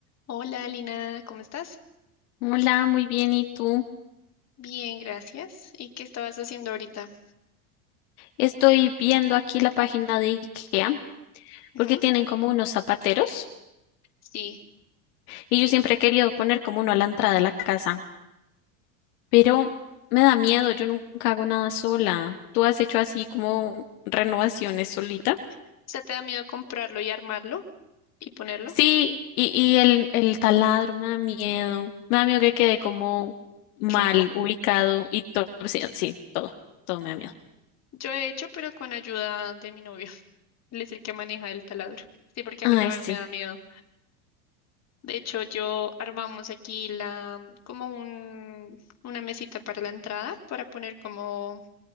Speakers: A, on the left (about 35°); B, on the left (about 65°).
A: Hola, Lina, ¿cómo estás?
B: Hola, muy bien. ¿Y tú?
A: Bien, gracias. ¿Y qué estabas haciendo ahorita?
B: Estoy viendo aquí la página de IKEA
A: Ujú,
B: porque tienen como unos zapateros
A: Sí.
B: y yo siempre he querido poner como uno a la entrada de la casa, pero me da miedo, yo nunca hago nada sola. ¿Tú has hecho así como renovaciones solita?
A: O sea, ¿te da miedo comprarlo y armarlo y ponerlo?
B: Sí, y, y el, el taladro me da miedo, me da miedo que quede como mal
A: Chueco.
B: ubicado y torcido. Sí, sí, todo, todo me da miedo.
A: Yo he hecho, pero con ayuda de mi novio. <laughs> Él es el que maneja el taladro. Sí, porque
B: Ay,
A: a mí también
B: sí.
A: me da miedo. De hecho, yo armamos aquí la, como un, una mesita para la entrada, para poner como